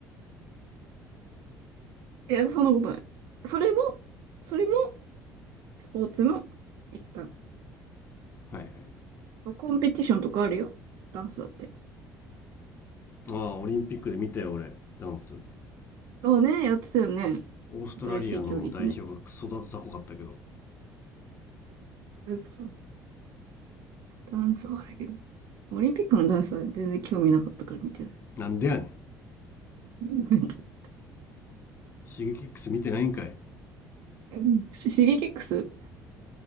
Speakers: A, on the right; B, on the left.
A: いや、そんなことない。それも、それも、スポーツの一環。
B: はいはい。
A: コンペティションとかあるよ。ダンスだって。
B: ああ、オリンピックで見たよ、俺、ダンス。
A: ああね、やってたよね。
B: オーストラリアの代表がクソだ、
A: 新しい競技でね。
B: 雑魚かったけど。
A: うんそうダンスはあれけど。オリンピックのダンスは全然興味なかったから見てない。
B: なんでやねん。
A: うん <laughs>
B: シゲキックス見てないんかい。
A: うん。シシゲキックス